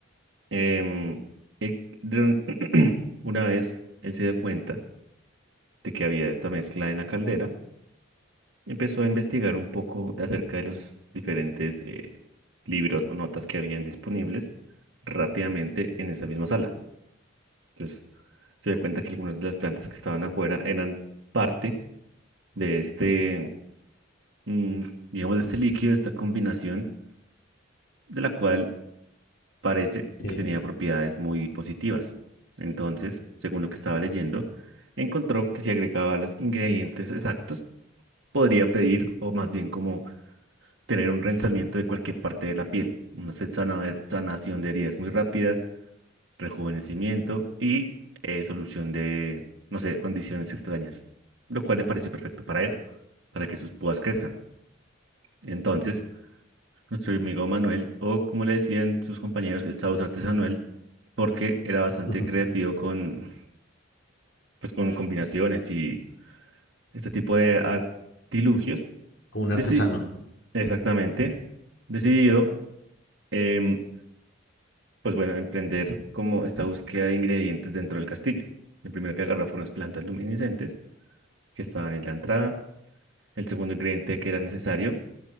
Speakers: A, on the right (about 60°); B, on the left (about 65°).
A: em, el- de un- <clears throat> una vez él se dio cuenta de que había esta mezcla en la caldera Empezó a investigar un poco de acerca de los diferentes eh, libros o notas que habían disponibles rápidamente en esa misma sala. Entonces se dio cuenta que algunas de las plantas que estaban afuera eran parte de este, mm, digamos, de este líquido, de esta combinación, de la cual parece
B: Sí.
A: que tenía propiedades muy positivas. Entonces, según lo que estaba leyendo, encontró que si agregaba los ingredientes exactos, podría pedir, o más bien como tener un rensamiento de cualquier parte de la piel, una se- sana- sanación de heridas muy rápidas, rejuvenecimiento y eh, solución de, no sé, condiciones extrañas, lo cual le parece perfecto para él, para que sus púas crezcan. Entonces, nuestro amigo Manuel, o como le decían sus compañeros, el Sauce Artesanuel, porque era bastante
B: <laughs> Como
A: creativo con, pues, con combinaciones y este tipo de artilugios,
B: un
A: deci-
B: artesano.
A: exactamente, decidió em, pues bueno, emprender como esta búsqueda de ingredientes dentro del castillo. El primero que agarró fueron las plantas luminiscentes que estaban en la entrada. El segundo ingrediente que era necesario